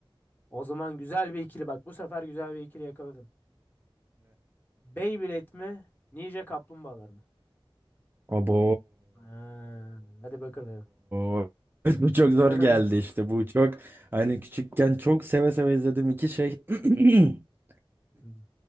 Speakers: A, on the left (about 20°); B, on the right (about 20°).
A: O zaman güzel bir ikili bak. Bu sefer güzel bir ikili yakaladım. Beyblade mi? Ninja Kaplumbağalar mı?
B: Abo.
A: Ha, hadi bakalım.
B: <laughs> Bu çok zor
A: <laughs>
B: geldi işte. Bu çok hani küçükken çok seve seve izledim iki şey. <clears throat>
A: Hmm.